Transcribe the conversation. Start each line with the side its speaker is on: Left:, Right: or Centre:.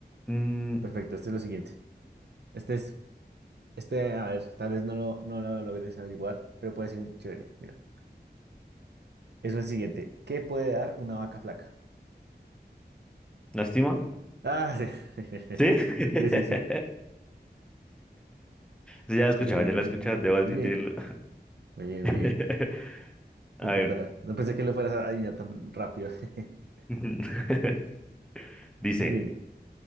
Centre: Mm,
Right: Perfecto, este es lo siguiente. Este es, este, a ver, tal vez no lo, no lo logres averiguar, pero puede ser chévere. Mira, es el siguiente. ¿Qué puede dar una vaca flaca?
Centre: ¿lástima?
Right: Ah, sí. <laughs>
Centre: ¿Sí? <laughs>
Right: Sí, sí, sí.
Centre: Sí, ya lo
Right: Este,
Centre: he escuchado, ya lo he escuchado,
Right: eh, muy
Centre: debo admitirlo.
Right: bien, muy bien,
Centre: <laughs>
Right: muy bien. Es
Centre: A ver.
Right: verdad. No pensé que lo fueras a adivinar tan rápido. <laughs>
Centre: <laughs> Dice.
Right: Muy bien.